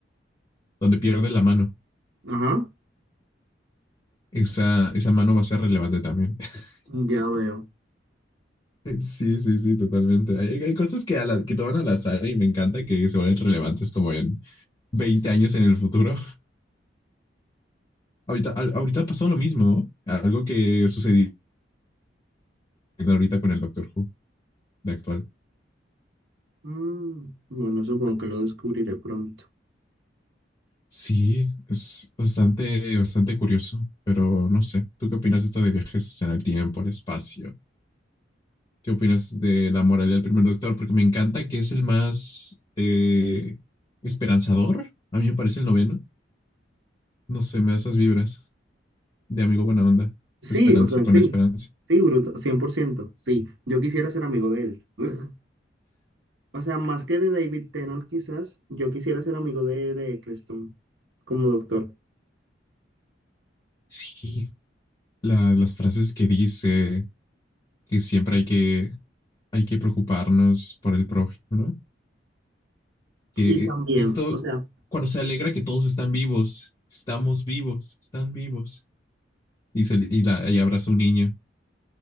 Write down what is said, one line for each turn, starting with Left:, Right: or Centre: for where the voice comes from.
Left: donde pierde la mano.
Right: Ajá,
Left: Esa, esa mano va a ser relevante también. <laughs>
Right: ya veo.
Left: Sí, sí, sí, totalmente. Hay, hay cosas que, a la- que toman al azar y me encanta que se vuelven relevantes como en 20 años en el futuro. Ahorita, al- ahorita pasó lo mismo, algo que sucedió ahorita con el Doctor Who de actual.
Right: Mm, bueno, supongo que lo descubriré pronto.
Left: Sí, es bastante, bastante curioso, pero no sé. ¿Tú qué opinas de esto de viajes en el tiempo, el espacio? ¿Qué opinas de la moralidad del primer doctor? Porque me encanta que es el más eh, esperanzador. A mí me parece el noveno. No sé, me da esas vibras de amigo buena onda.
Right: Sí,
Left: Esperanza
Right: o sea,
Left: con
Right: sí.
Left: esperanza.
Right: Sí, bruto, cien por ciento Sí, yo quisiera ser amigo de él. <laughs> O sea, más que de David Tennant, quizás, yo quisiera ser amigo de, de Eccleston como doctor.
Left: Sí, la- las frases que dice que siempre hay que, hay que preocuparnos por el prójimo, ¿no? Que
Right: Y también,
Left: eh, esto,
Right: o sea,
Left: cuando se alegra que todos están vivos, estamos vivos, están vivos. Y, se, y, la, y abraza a un niño.